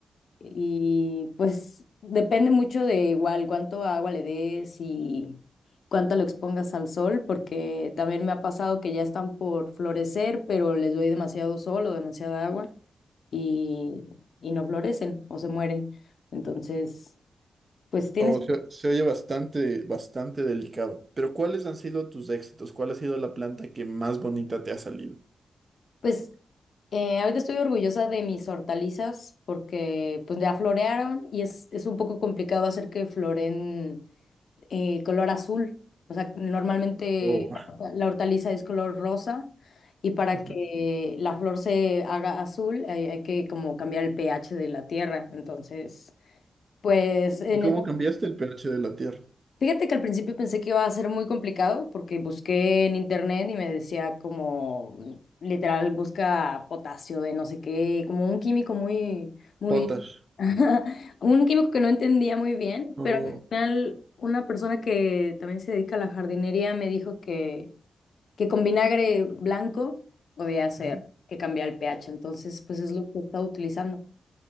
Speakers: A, on the left; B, on the right.
A: Y pues depende mucho de igual cuánto agua le des y cuánto lo expongas al sol, porque también me ha pasado que ya están por florecer, pero les doy demasiado sol o demasiada agua y, y no florecen o se mueren. Entonces... Pues tienes,
B: O sea, se oye bastante, bastante delicado. Pero ¿cuáles han sido tus éxitos? ¿Cuál ha sido la planta que más bonita te ha salido?
A: pues eh, ahorita estoy orgullosa de mis hortalizas porque pues ya florearon y es, es un poco complicado hacer que floreen eh, color azul. O sea, normalmente
B: Oh.
A: la hortaliza es color rosa y para
B: Ujú.
A: que la flor se haga azul hay, hay que como cambiar el pH de la tierra. Entonces, pues en
B: ¿Y cómo cambiaste el pH de la tierra?
A: Fíjate que al principio pensé que iba a ser muy complicado porque busqué en internet y me decía como literal busca potasio de no sé qué, como un químico muy, muy,
B: Potash.
A: <laughs> un químico que no entendía muy bien,
B: Oh.
A: pero al final una persona que también se dedica a la jardinería me dijo que, que con vinagre blanco podía hacer
B: Ujú.
A: que cambiara el pH, entonces pues es lo que estaba utilizando.